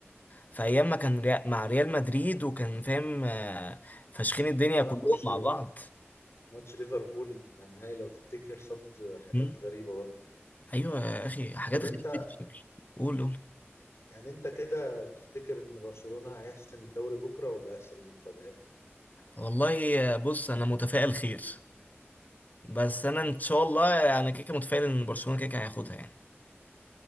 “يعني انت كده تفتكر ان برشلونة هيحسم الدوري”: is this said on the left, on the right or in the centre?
Left